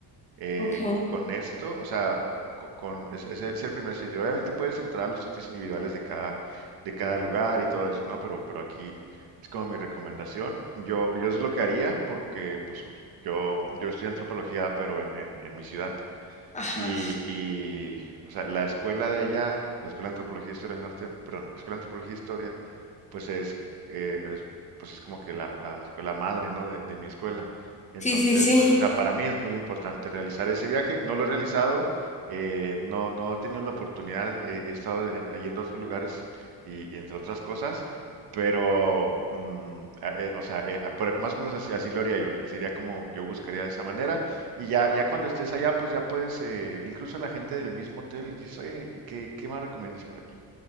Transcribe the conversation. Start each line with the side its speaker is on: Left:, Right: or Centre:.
Right: Eh,
Left: Ok.
Right: con esto, o sea, con, con- es- ese es el primer sitio. Obviamente puedes entrar a los sitios individuales de cada, de cada lugar y todo eso, ¿no? Pero, pero aquí es como mi recomendación. Yo, yo es lo que haría porque, pues, yo, yo estudio antropología, pero en, en, en mi ciudad.
Left: Ajá.
Right: Y, y, o sea, la escuela de allá, la Escuela de Antropología e Historia del Norte, perdón, Escuela de Antropología e Historia, pues es, eh, es- pues es como que la, la escuela madre, ¿no? De, de mi escuela. Entonces,
Left: Sí, sí, sí.
Right: o sea,
Left: <laughs>
Right: para mí es muy importante realizar ese viaje. No lo he realizado, eh, no, no he tenido la oportunidad, eh, he estado en- yendo a otros lugares y, y entre otras cosas, pero, mm, a- eh, o sea, eh, a- por- más o menos así, así lo haría yo. Sería como yo buscaría de esa manera. Y ya, ya cuando estés allá, pues ya puedes, eh, incluso la gente del mismo hotel les dice, oye, ¿y qué, qué más recomiendas por aquí?